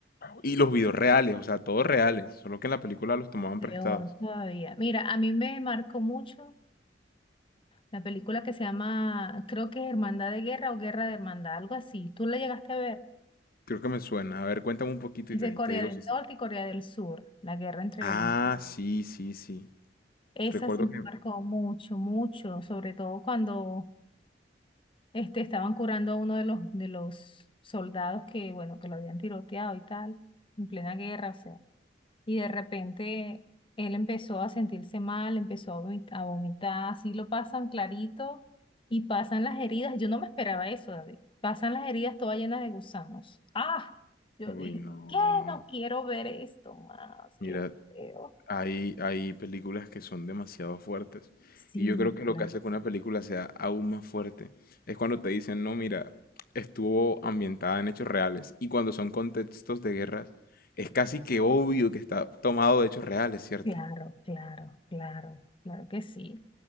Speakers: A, on the left; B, on the left.
A: Y los videos reales, o sea, todos reales, solo que en la película los tomaban
B: Peor
A: prestados.
B: todavía. Mira, a mí me marcó mucho la película que se llama, creo que Hermandad de Guerra o Guerra de Hermandad, algo así. ¿Tú la llegaste a ver?
A: Creo que me suena. A ver, cuéntame un poquito
B: Es
A: y te,
B: de Corea
A: te digo
B: del
A: si sí.
B: Norte y Corea del Sur, la guerra entre
A: Ah,
B: el...
A: sí, sí, sí.
B: Esa
A: Recuerdo
B: sí me
A: que...
B: marcó mucho, mucho, sobre todo cuando este, estaban curando a uno de los, de los soldados que, bueno, que lo habían tiroteado y tal, en plena guerra, o sea. Y de repente él empezó a sentirse mal, empezó a vomit- a vomitar, así lo pasan clarito y pasan las heridas. Yo no me esperaba eso, David. Pasan las heridas todas llenas de gusanos. ¡Ah! Yo
A: Uy,
B: dije,
A: no.
B: ¿qué? No quiero ver esto más,
A: Mira,
B: qué feo.
A: hay, hay películas que son demasiado fuertes.
B: Sí,
A: Y yo creo que lo
B: claro,
A: que hace que una película sea aún más fuerte es cuando te dicen, no, mira, estuvo ambientada en hechos reales. Y cuando son contextos de guerras, es casi que obvio que está tomado de hechos reales, ¿cierto?
B: claro, claro, claro, claro que sí.